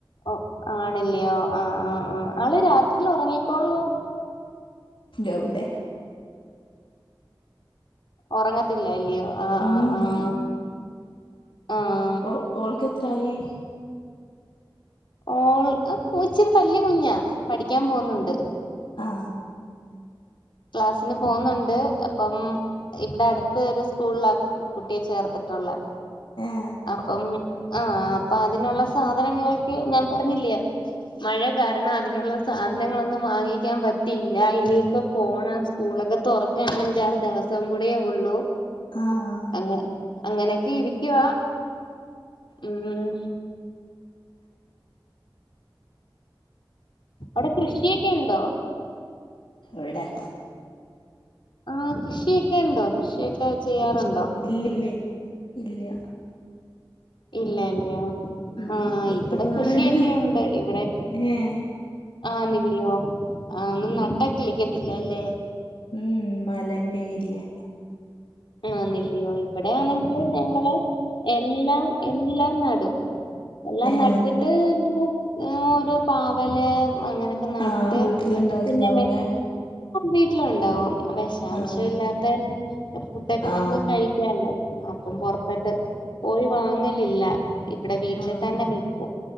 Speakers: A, on the left; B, on the left.
A: ഓഹ് ആണല്ലയോ ആഹ് ആഹ് ആഹ് ആള് രാത്രില് ഒറങ്ങിക്കോവോ?
B: എവ്ടെ
A: ഒറങ്ങത്തില്ല്യല്ലയോ ആഹ്
B: ഉം
A: ആഹ് ആഹ് ആഹ്.
B: ഓ ഓൾക്കെത്രായി?
A: ഓൾ ഇച്ചിര് വല്ല്യ കുഞ്ഞാ പഠിക്കാൻ പോവുന്നൊണ്ട്.
B: ആഹ്
A: ക്ലാസിന് പോന്നൊണ്ട് അപ്പം ഇവ്ടെ അട്ത്ത് ഒര് സ്കൂള കുട്ടിയെ ചേർത്തിട്ടൊള്ളെ
B: ഏ
A: അപ്പം ആഹ് അപ്പൊ അതിനൊള്ള സാധനങ്ങളൊക്കെ ഞാൻ പർഞ്ഞി ല്ലയോ മഴ കാരണം അതിനൊള്ള സാധനങ്ങളൊന്നും വാങ്ങിക്കാൻ പറ്റിയില്ല ഇനിയിപ്പം പോണം സ്കൂളൊക്കെ തൊറക്കാൻ അഞ്ചാറ് ദിവസം കൂടെയേ ഒള്ളൂ.
B: ആഹ്
A: അങ്ങ അങ്ങനൊക്കെയിരിക്ക്‌വാ ഉം. അവ്ടെ കൃഷിയൊക്കെ ഇണ്ടോ?
B: എവ്ടെ?
A: ആഹ് കൃഷിയൊക്കെണ്ടോ? കൃഷിയൊക്കെ ചെയ്യാറൊണ്ടോ?
B: ഇല്ല്യ ല്ലേ ഇല്ല്യ.
A: ഇല്ലല്ല്യോ
B: ഉം
A: ആഹ്
B: വെട്ടുപാറയാണ്
A: ഇവ്ടെ കൃഷിയൊക്കെയുണ്ട് ഇവ്ടെ
B: ഏ
A: ആന്നില്ലയോ ആഹ് ഒന്നും നട്ടാകിളിക്കത്തില്ലലേ?
B: ഉം മലന്റെ ഏരിയെ
A: ആന്നില്ല്യോ ഇവ്ടെയാണെങ്കില് ഞങ്ങള് എല്ലാം എല്ലാം നടും. എല്ലാം
B: ഏ
A: നട് ട്ട് ഇങ്ങനെ ഒര് പാവല് അങ്ങനൊക്കെ നട്ട്
B: ആ വീട്ടിലുണ്ടാക്കലാവൂലേ
A: പിന്നെ വെ വീട്ടിലും ഉണ്ടാവോ? വെഷാംശം
B: ആ
A: ഇല്ലാത്തെ ഫുഡൊക്കെ
B: ആ
A: നമക്ക് കഴിക്കാലോ അപ്പം പൊർത്തട്ട് പോയി വാങ്ങലില്ല. ഇവ്ടെ വീട്ടില്
B: ആ
A: തന്നെ വെക്കും